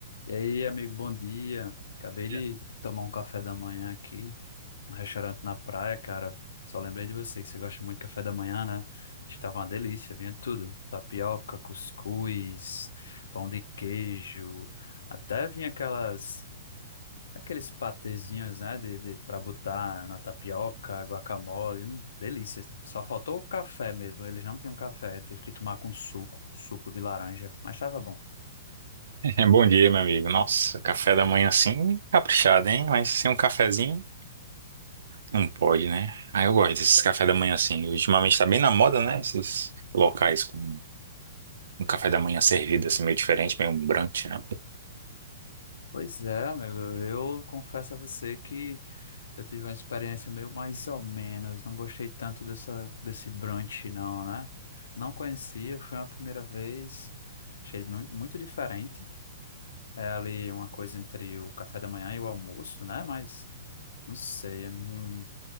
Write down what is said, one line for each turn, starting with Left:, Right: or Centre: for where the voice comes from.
Left: E aí, amigo, bom dia. Acabei de
Right: <laughs>
Left: tomar um café da manhã aqui, um restaurante na praia, cara. Só lembrei de você que você gosta muito de café da manhã, né? Estava uma delícia, vinha de tudo. Tapioca, cuscuz, pão de queijo, até vinha aquelas aqueles patezinhos, né, de, de para botar na tapioca, guacamole, hum, delícia. Só faltou o café mesmo. Eles não tinham café, eu tive que tomar com suco, suco de laranja, mas estava bom.
Right: É, Bom dia, meu amigo. Nossa, café da manhã assim, caprichado, hein? Mas sem um cafezinho, não pode, né? Ah, eu gosto desses café da manhã assim. Ultimamente tá bem na moda, né? Esses locais com um café da manhã servido assim, meio diferente, meio um brunch, né?
Left: Pois é, amigo, eu confesso a você que eu tive uma experiência meio mais ou menos, não gostei tanto dessa, desse brunch não, né? Não conhecia, foi uma primeira vez, achei mu- muito diferente, é ali uma coisa entre o café da manhã e o almoço, né? Mas não sei, eu não,